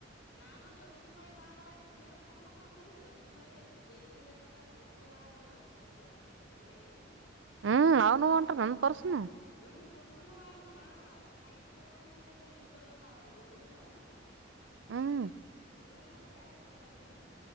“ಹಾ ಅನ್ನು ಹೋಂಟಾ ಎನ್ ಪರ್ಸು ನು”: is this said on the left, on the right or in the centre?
Right